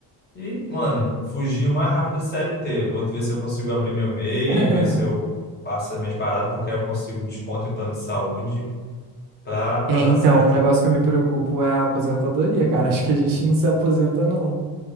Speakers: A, on the left; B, on the right.
A: E, mano, fugir o mais rápido do CLT. Vou ver se eu consigo abrir meu MEI,
B: <laughs>
A: ver se eu faço as minhas paradas, porque aí eu consigo desconto em plano de saúde pra, pra
B: É,
A: dar
B: então,
A: certo.
B: o negócio que eu me preocupo é a aposentadoria, cara. Acho que a gente não se aposenta, não.